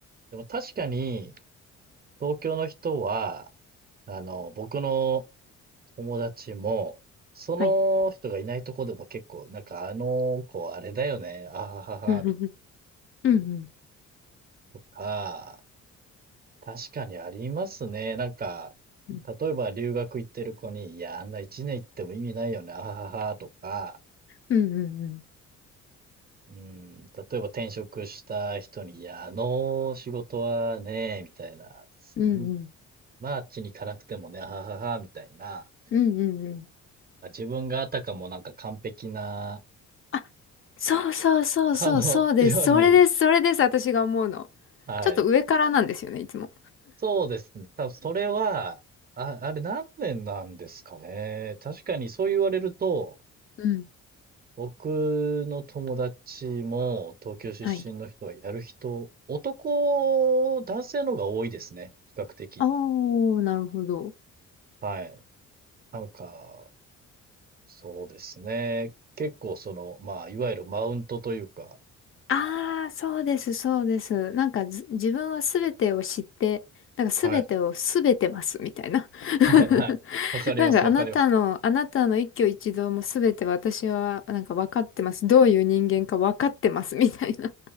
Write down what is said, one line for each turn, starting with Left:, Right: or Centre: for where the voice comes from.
Right: でも確かに東京の人は、あの、僕の友達も、その人がいないとこでも結構、
Left: はい。
Right: なんかあの子あれだよね、あははは、
Left: うん
Right: みたい
Left: うんうん
Right: なとか、確かにありますね。なんか、
Left: うん
Right: 例えば留学行ってる子に、いや、あんな一年行っても意味ないよね、あははは、とか、
Left: うんうん
Right: うん、例えば転職した人に、いや、あの仕事はね、みたいな、すい
Left: うんうんうんうんう
Right: まあ、あっちに行かなくてもね、あははは、みたいな、
Left: うんうん
Right: 自分があたかもなんか完璧な、
Left: あそうそうそうそうそうですそれですそれです私が思うの
Right: <laughs> あの、ように、はい。
Left: ちょっと上からなんですよねいつも
Right: そうですね。多分それは、あ、あれ何年なんですかね。確かにそう言われると、
Left: うん
Right: 僕の友達も東京出身の人はやる人、
Left: はい
Right: 男、男性の方が多いですね。比較的。
Left: あーなるほど
Right: はい。なんか、そうですね。結構その、まあ、いわゆるマウントというか、
Left: ああ、そうです、そうです。なんかず自分は全てを知って、なんか全てを全てますみたいな。
Right: はい。
Left: <laughs>
Right: はいはい。わかります、
Left: なんかあなたの、
Right: わかります。
Left: あなたの一挙一動も全て私はなんか分かってます。どういう人間か分かってますみたいな。